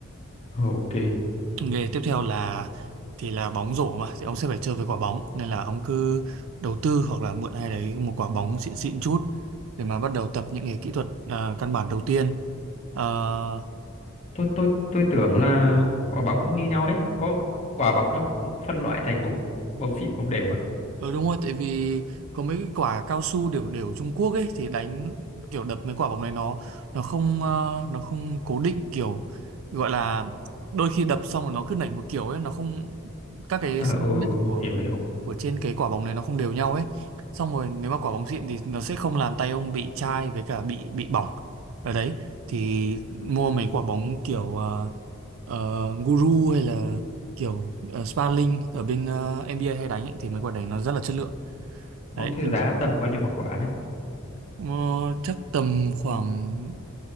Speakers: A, on the left (about 35°); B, on the right (about 70°).
A: ừ, ok.
B: nghề tiếp theo là thì là bóng rổ mà thì ông sẽ phải chơi với quả bóng nên là ông cứ đầu tư hoặc là mượn ai đấy một quả bóng xịn xịn chút để mà bắt đầu tập những cái kỹ thuật ờ, căn bản đầu tiên Ờ,
A: tôi tôi tôi tưởng là quả bóng cũng như nhau hết có quả bóng đó mà cũng phân loại thành bóng bóng xịn bóng đều à
B: Ừ đúng rồi, tại vì có mấy cái quả cao su đều đều Trung Quốc ấy thì đánh kiểu đập mấy quả bóng này nó nó không ờ, nó không cố định kiểu gọi là đôi khi đập xong rồi nó cứ nảy một kiểu ấy nó không các cái
A: ờ
B: cm
A: ừ, ừ,
B: của
A: hiểu hiểu
B: của trên cái quả bóng này nó không đều nhau ấy xong rồi nếu mà quả bóng xịn thì nó sẽ không làm tay ông bị chai với cả bị bị bỏng ở đấy thì mua mấy quả bóng kiểu ờ, ờ, guru hay là kiểu uh, Sparling ở bên ờ, NBA hay đánh ấy, thì mấy quả đấy nó rất là chất lượng
A: ô
B: đấy
A: thế
B: thì
A: giá tầm bao nhiêu một quả đấy
B: ờ, chắc tầm khoảng